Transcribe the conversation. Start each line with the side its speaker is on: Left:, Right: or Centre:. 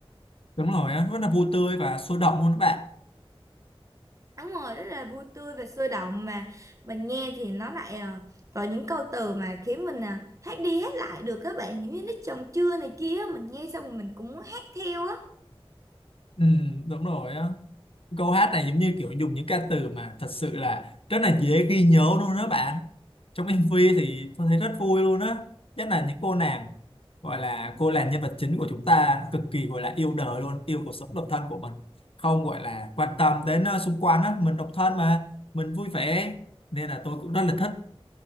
Left: đúng rồi á rất là vui tươi và sôi động luôn các bạn
Right: Đúng rồi, rất là vui tươi và sôi động mà mình nghe thì nó lại ờ, có những câu từ mà khiến mình ờ, hát đi hát lại được các bạn, giống như nó chồng chưa này kia, mình nghe xong rồi mình cũng muốn hát theo á.
Left: ừ, đúng rồi á câu hát này giống như kiểu dùng những ca từ mà thật sự là rất là dễ ghi nhớ luôn đó bạn trong MV thì tôi thấy rất vui luôn á nhất là những cô nàng gọi là cô nàng nhân vật chính của chúng ta cực kỳ gọi là yêu đời luôn yêu cuộc sống độc thân của mình không gọi là quan tâm đến ờ, xung quanh á mình độc thân mà mình vui vẻ nên là tôi cũng rất là thích